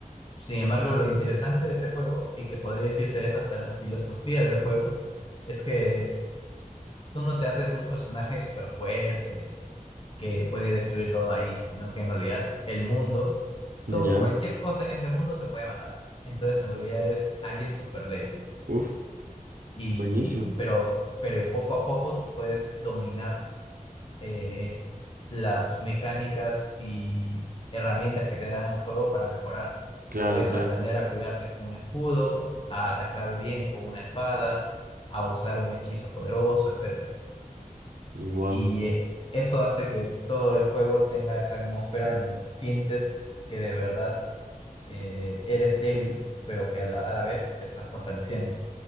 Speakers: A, on the left; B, on the right.
A: Sin embargo, lo interesante de ese juego, y que podría decirse es hasta la filosofía del juego, es que tú no te haces un personaje súper fuerte que puede destruir todo ahí, sino que en realidad el mundo
B: Ya.
A: todo, cualquier cosa en ese mundo te puede matar. Entonces, en realidad eres alguien súper débil.
B: Uf,
A: Y,
B: buenísimo.
A: pero, pero poco a poco tú puedes dominar eh, las mecánicas y herramientas que te dan el juego para mejorar.
B: Claro,
A: Puedes
B: claro.
A: aprender a cuidarte con un escudo, a atacar bien con una espada, a usar un hechizo poderoso, etcétera
B: Wow.
A: Y eh, eso hace que todo el juego tenga esa atmósfera en donde sientes que de verdad eh, eres débil, pero que a la, a la vez te estás fortaleciendo.